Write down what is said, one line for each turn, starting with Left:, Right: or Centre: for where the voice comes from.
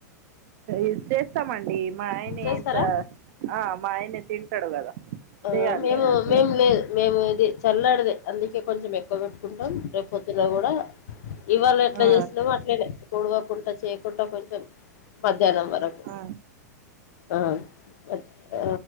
Right: ఇ చేస్తామండి మా ఆయనే
Left: చేస్తారా
Right: ఇంత ఆ మా ఆయనే తింటాడు కదా
Left: ఆ
Right: చేయాలి
Left: మేము
Right: ఆయనకి
Left: మేము
Right: ఇక
Left: లేదు మేము ఇది చల్లడిదే అందుకే కొంచెం ఎక్కువ పెట్టుకుంటాం రేపు పొద్దున్న కూడా ఇవాళ ఎట్లా
Right: ఆ
Left: చేసినమో అ ట్లనే ఓడవకుండా చేయకుండా కొంచెం మధ్యాహ్నం వరకు
Right: ఆ
Left: ఆ మ ఆ